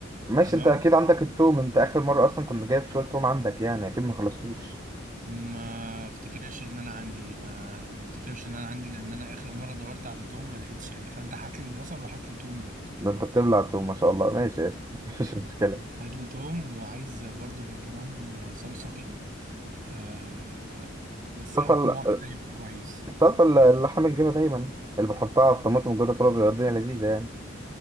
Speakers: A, on the right (about 20°); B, on the right (about 40°).
A: ماشي
B: تمام
A: انت اكيد عندك التوم انت اخر مره اصلا كنت جايب شويه توم عندك يعني اكيد ما خلصتوش
B: ما افتكرش ان انا عندي ما ما افتكرش ان انا عندي لان انا اخر مرة دورت على توم ما لقيتش يعني فانت هات لي البصل وهات لي توم برضو
A: ده انت بتبلع التوم ما شاء الله ماشي قشطة. <laughs> مفيش
B: <laughs>
A: مشكله
B: هات لي توم وعايز برضو برطمان آه، صلصة كده آه بس
A: طاسه
B: هات نوع كده يبقى كويس
A: طاسه اللحم الجبه دايما اللي بحطها على الطماطم وكده كله بيبقى الدنيا لذيذه يعني